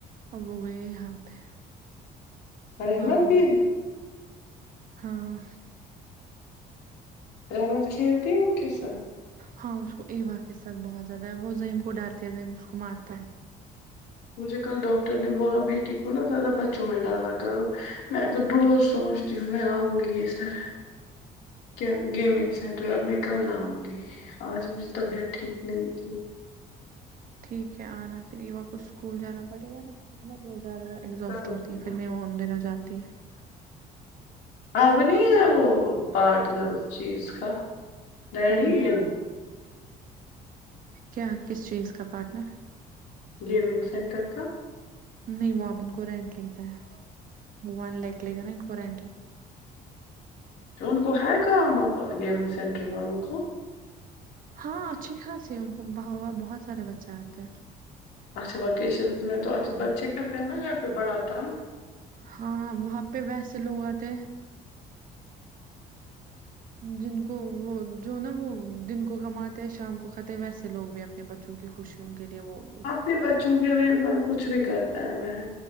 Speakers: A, on the right; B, on the left.
A: اب وہ گئے یہاں پہ
B: رحمت
A: باغ
B: بھی
A: میں
B: ہے
A: ہاں
B: رحمت کھیلتی ہے ان کے ساتھ
A: ہاں اس کو ایوا کے ساتھ بہت زیادہ ہے وہ زیم کو ڈرتی ہے زیم اس کو مارتا ہے
B: مجھے کل ڈاکٹر نے بولا بیٹی کو نا زیادہ ب چوں میں ڈالا کرو میں تو بہت سونچتی ہوں میں آؤ گی اس طرح کیا گیمنگ سینٹر اب میں کل آؤں گی آج میری طبیعت ٹھیک نہیں تھی
A: ٹھیک ہے آنا پھر ایوا کو اسکول جانا پڑے گا نا خدمت بہت زیادہ اگزوسٹ
B: کل آؤں
A: ہوتی ہے
B: گی۔
A: پھر نہیں وہ ان دنوں جاتی ہے
B: اب نہیں ہے وہ پاٹنر اس چیز کا ڈیڈی
A: کون
B: ہے
A: کیا کس چیز کا پاٹنر
B: گیمنگ سینٹر کا
A: نہیں وہ اپ ان کو رینٹ لیتا ہے وہ ون لاکھ لے گا نا ان کو رینٹ ہی
B: کہ ان کو ہے انکم گیمنگ سینٹر والوں کو
A: ہاں اچھی خاصی ہے ان بہت سارے بچے آتے ہیں
B: اچھا وکیشن میں تو اچھا بچے کرتے ہیں نا گھر پہ بڑا تنگ
A: ہاں وہاں پہ ویسے لوگ آتے جن کو وہ جو نا وہ دن کو کماتے ہیں شام کو کھاتے ہیں ویسے لوگ بھی بچوں کی خوشیوں کے لیے وہ
B: اپنے بچوں کے لیے کچھ بھی کرتا ہے بہن